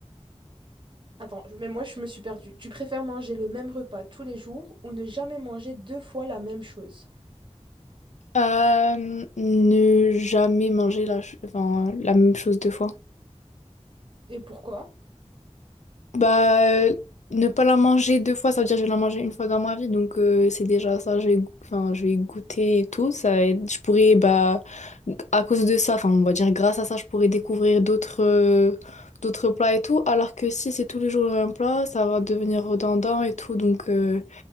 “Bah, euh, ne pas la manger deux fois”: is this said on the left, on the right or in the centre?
Left